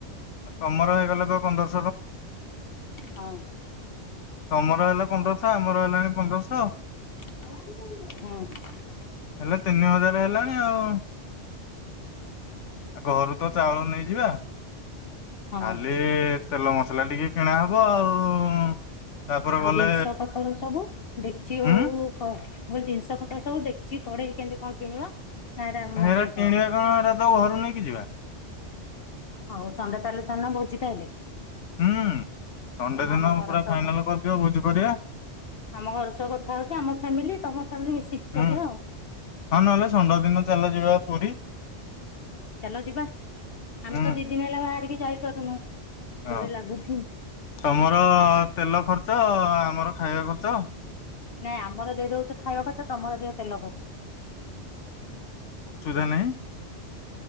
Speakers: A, on the left; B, on the left.
A: ତମର ହେଇଗଲା ପା ପନ୍ଦରଶ
B: ହଁ।
A: ତମର ହେଲା ପନ୍ଦରଶ ଆମର ହେଲାଣି ପନ୍ଦରଶ।
B: ହୁଁ।
A: ହେଲେ ତିନି ହଜାର ହେଲାଣି ଆଉ। ଘରୁ ତ ଚାଉଳ ନେଇଯିବା
B: ହଁ
A: ଖାଲି ଏ ତେଲ ମସଲା ଟିକେ କିଣା ହବ ଆଉ ତାପରେ
B: ଆଉ
A: ଗଲେ
B: ଜିନିଷ ପତର ସବୁ ଡେକଜି ହଉ
A: ହୁଁ
B: କ ମୁଁ କହିଲି ଜିନିଷ ପତ୍ର ସବୁ ଡେକଜି କଢେଇ କେମିତି କଣ କିଣିବା? ନା ଏରା ଆମେ ମଗେଇଦବା
A: ହେରା କିଣିବା କଣ ହେରା ତ ଘରୁ ନେଇକି ଯିବା।
B: ହଉ ସଣ୍ଡେ ତାହେଲେ ଥାନ ଭୋଜି ତାହାଲେ।
A: ହୁଁ ସଣ୍ଡେ ଦିନ
B: ଆମ ଘର
A: ପୁରା
B: ସହ
A: ଫାଇନାଲ କରିଦିଅ ଭୋଜି କରିବା।
B: ଆମ ଘର ସହ କଥା ହଉଚି ଆମ ଫ୍ୟାମିଲି ତମ ଫ୍ୟାମିଲି ମିଶିକି
A: ହୁଁ
B: କରିବା ଆଉ।
A: ହଁ ନହେଲେ ଷଣ୍ଡ ଦିନ ଚାଲ ଯିବା ପୁରୀ।
B: ଚାଲ ଯିବା ଆମେ
A: ହୁଁ
B: ତ ଦି ଦିନ ହେଲା ବାହାରିକି ଯାଇପାରୁନୁ
A: ହଁ
B: ଡୋରି ଲାଗୁନି।
A: ତମର ତେଲ ଖଚ୍ଛ ଆମର ଖାଇବା ଖର୍ଚ୍ଚ।
B: ନାଇଁ ଆମର ଦେଇ ଦଉଚୁ ଖାଇବା ଖର୍ଚ୍ଚ ତମର ଦିଅ ତେଲ ଖର୍ଚ୍ଚ।
A: ସୁୁଧା ନାଇଁ। <unintelligible>